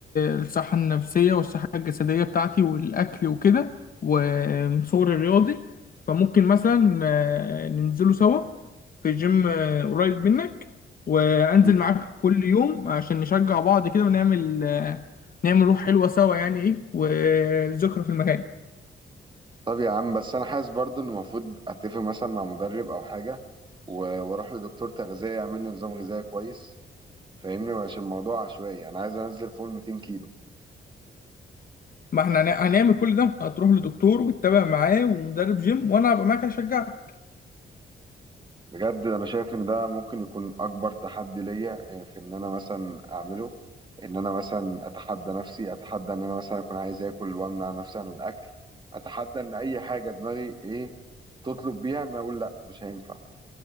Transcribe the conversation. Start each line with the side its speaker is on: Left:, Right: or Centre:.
Left: الصحه النفسيه والصحه الجسديه بتاعتي والاكل وكده ومن صغري رياضي فممكن مثلا آه، ننزلوا سوا في جيم آه، قريب منك وانزل
Right: مم.
Left: معاك كل يوم عشان نشجع بعض كده ونعمل آه، نعمل روح حلوه سوا يعني ايه وذكرى في المكان
Right: طب يا عم بس انا حاسس برضه ان المفروض اتفق مثلا مع مدرب او حاجة و... واروح لدكتور تغذية يعمل لي نظام غذائي كويس فاهمني مش الموضوع عشوائي انا عايز انزل فوق ال 200 كيلو
Left: ما احنا هن- هنعمل كل ده هتروح لدكتور وتتابع معاه ومدرب جيم وانا هبقى معاك اشجعك
Right: بجد انا شايف ان ده ممكن يكون اكبر تحدي ليا آه، في ان انا مثلا اعمله ان انا مثلا اتحدى نفسي اتحدى ان انا مثلا اكون عايز اكل وامنع نفسي عن الاكل اتحدى ان اي حاجه دماغي ايه تطلب بيها ان أنا اقول لا مش هينفع